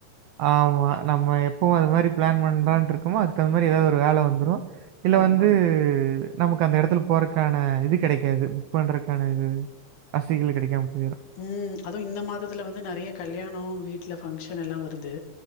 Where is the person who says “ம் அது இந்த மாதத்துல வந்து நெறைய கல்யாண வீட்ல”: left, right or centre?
Left